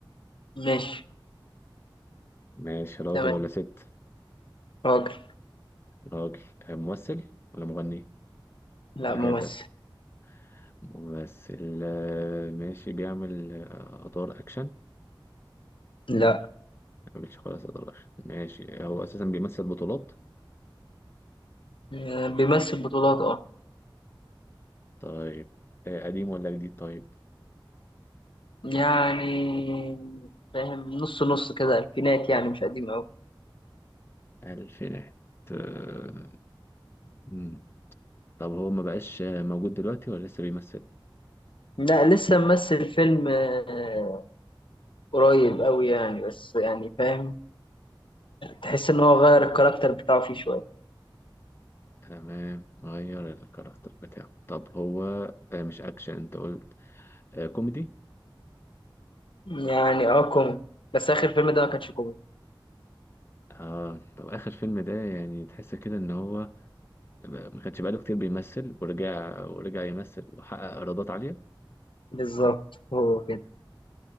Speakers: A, on the left; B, on the left.
A: ماشي
B: ماشي راجل
A: تمام
B: ولا ست
A: راجل
B: راجل آه، ممثل ولا مغني
A: لا
B: ولا
A: ممثل
B: حاجة تالتة ممثل آه، ماشي بيعمل آه، أدوار أكشن ما
A: لا
B: بيعملش خالص أدوار أكشن ماشي هو أساسا بيمثل بطولات
A: آه، بيمثل بطولات اه
B: طيب آه، قديم ولا جديد طيب
A: يعني فاهم نص نص كده الفينات يعني مش قديم أوي
B: ألفينات آه، مم. طب هو ما بقاش آه، موجود دلوقتي ولا لسه بيمثل
A: لا لسه ممثل فيلم آه، قريب أوي يعني بس يعني فاهم تحس إن هو غير الكاركتر بتاعه فيه شوية
B: تمام غير الكاركتر بتاعه طب هو آه، مش أكشن أنت قلت آه، كوميدي
A: يعني اه كوميدي بس آخر فيلم ده ما كانش كوميدي
B: آه طب آخر فيلم ده يعني تحس كده إن هو ما كانش بقاله كتير بيمثل ورجع ورجع يمثل وحقق ايرادات عاليه
A: بالظبط هو كده